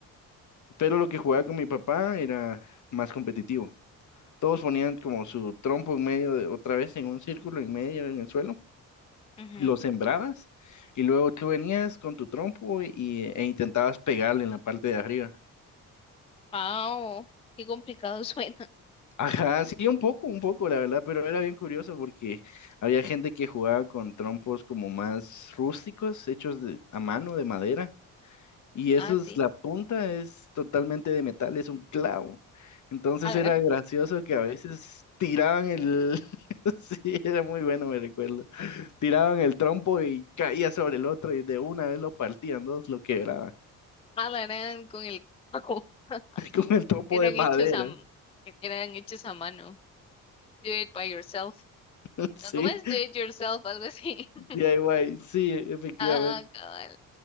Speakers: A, on the left; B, on the left.
A: Pero lo que jugaba con mi papá era más competitivo. Todos ponían como su trompo en medio de, otra vez en un círculo en medio en el suelo
B: Ujú.
A: lo sembrabas y luego tú venías con tu trompo y, e intentabas pegarle en la parte de arriba.
B: Ah, oh, qué complicado <laughs> suena.
A: Ajá, sí, un poco, un poco, la verdad, pero era bien curioso porque había gente que jugaba con trompos como más rústicos, hechos de, a mano, de madera, y eso
B: Ah, sí.
A: es, la punta es totalmente de metal, es un clavo. Entonces
B: A
A: era
B: ver.
A: gracioso que a veces tiraban el, <laughs> sí, era muy bueno, me recuerdo, tiraban el trompo y caía sobre el otro y de una vez lo partían dos, lo quebraban.
B: eran con el coco. <laughs>
A: <laughs> con el tropo
B: Eran
A: de madera,
B: hechos a, eran hechos a mano. Do it by yourself.
A: <laughs> sí,
B: No, ¿cómo es? Do it yourself, algo así. <laughs>
A: DIY, sí, efectivamente.
B: Ah, cabal.